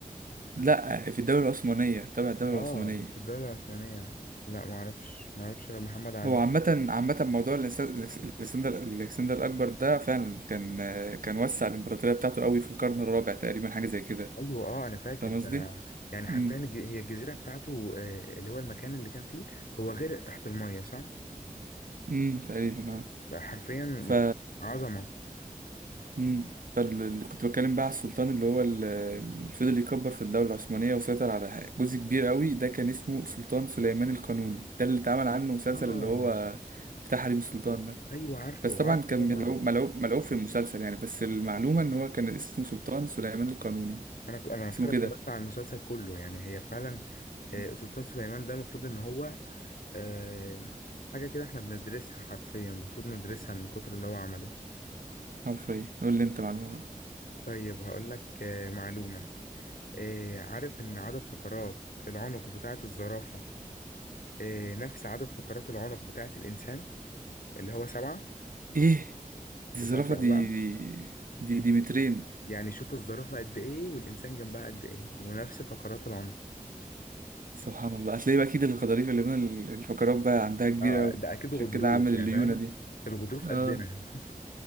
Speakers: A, on the right; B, on the left.
A: لا في الدولة العثمانية تبع الدولة
B: اه
A: العثمانية
B: في الدوله العثمانيه لا ما اعرفش ما اعرفش غير محمد علي
A: هو عامة عامة موضوع الإنس- الإكس- الإكسندر الإكسندر الأكبر ده فعلا كان آه، كان وسع الإمبراطورية بتاعته قوي في القرن الرابع تقريبا حاجة زي كده
B: ايوه اه انا فاكر
A: فاهم
B: ده
A: قصدي؟
B: يعني حرفيا
A: امم
B: الج- هي الجزيره بتاعته آه، اللي هو المكان اللي كان فيه هو غرق تحت الميه صح
A: امم تقريبا اه
B: لا، حرفيا
A: ف
B: عظمه
A: امم اللي كنت بتكلم بقى على السلطان اللي هو ال- اللي فضل يكبر في الدولة العثمانية وسيطر على جزء كبير قوي ده كان اسمه سلطان سليمان القانوني ده اللي اتعمل عنه مسلسل
B: اه
A: اللي هو بتاع حريم السلطان ده
B: ايوه عارفه
A: بس طبعا
B: عارفه
A: كان
B: طبعا
A: ملعوب ملعوب ملعوب في المسلسل يعني بس المعلومة ان هو كان اسمه سلطان سليمان القانوني
B: انا ك- انا على
A: اسمه
B: فكره
A: كده
B: اتفرجت على المسلسل كله يعني هي فعلا
A: مم.
B: آه، سلطان سليمان ده المفروض ان هو آه، حاجة كده احنا بندرسها حرفيا المفروض ندرسها من كتر اللي هو عمله
A: حرفيا قول لي انت معلومة بقى.
B: طيب هقولك آه، معلومة آه، عارف إن عدد فقرات العنق بتاعة الزرافة آه، نفس عدد فقرات العنق بتاعة الإنسان اللي هو سبعة
A: ايه دي
B: تصدق
A: الزرافة دي
B: بقى
A: دي دي, دي مترين
B: يعني شوف الزرافة قد إيه والإنسان جنبها قد إيه ونفس فقرات العنق
A: سبحان الله هتلاقي بقى اكيد الغضاريف اللي بين الفقرات بقى عندها كبيرة
B: آه آه،
A: قوي
B: ده أكيد
A: عشان
B: غضروف
A: كده عامل
B: يعني
A: الليونة
B: فاهم
A: دي
B: الغضروف
A: اه
B: قدنا